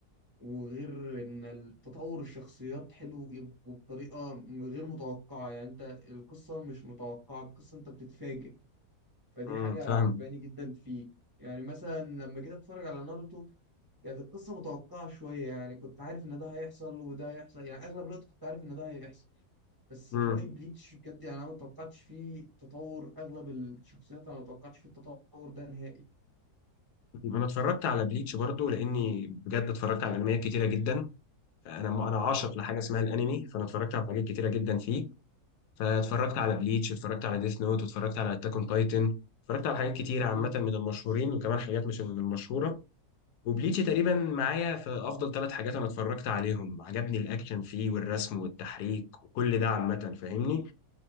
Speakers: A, on the right (about 20°); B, on the left (about 90°).
A: وغير إن التطور الشخصيات حلو يب- وبطريقة م- غير متوقعة يعني أنت القصة مش متوقعة القصة أنت بتتفاجئ فدي
B: امم
A: حاجة
B: فاهم
A: عجباني جدا فيه يعني مثلا لما جيت أتفرج على ناروتو كانت القصة متوقعة شوية يعني كنت عارف إن ده هيحصل وده هيحصل يعني أغلب الوقت كنت عارف إن ده هيحصل بس
B: امم
A: في رأيي بليتش بجد يعني انا ما توقعتش فيه تطور اغلب الشخصيات انا ما توقعتش فيه التطور ده نهائي
B: انا اتفرجت على بليتش برضو لاني بجد اتفرجت على انميات كتيره جدا انا انا عاشق لحاجه اسمها الانمي فانا اتفرجت على حاجات كتيره جدا فيه فاتفرجت على بليتش اتفرجت على ديث نوت واتفرجت على اتاك اون تايتن اتفرجت على حاجات كتيره عامه
A: امم
B: من المشهورين وكمان حاجات مش من المشهوره وبليتشي تقريبا معايا في افضل ثلاث حاجات انا اتفرجت عليهم عجبني الاكشن فيه والرسم والتحريك وكل ده عامه فاهمني